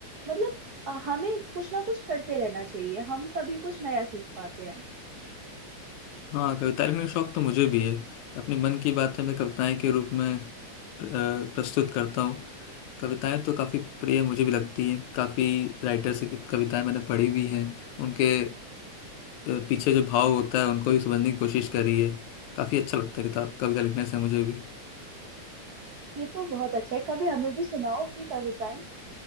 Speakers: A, on the right (about 80°); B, on the left (about 75°).
A: मतलब अ, हमें कुछ ना कुछ करते रहना चाहिए हम तभी कुछ नया सीख पाते हैं
B: हाँ कविता लिखने का शौक तो मुझे भी है अपने मन की बातें मैं कविताएं के रूप में प्र- अ, प्रस्तुत करता हूँ कविताएं तो काफ़ी प्रिय मुझे भी लगती हैं काफ़ी राइटर से कि- कविताएं मैंने पढ़ी भी हैं उनके अ, पीछे जो भाव होता है उनको भी समझने की कोशिश करी है काफ़ी अच्छा लगता है किताब कविता लिखने से मुझे भी
A: ये तो बहुत अच्छा है कभी हमें भी सुनाओ अपनी कविताएं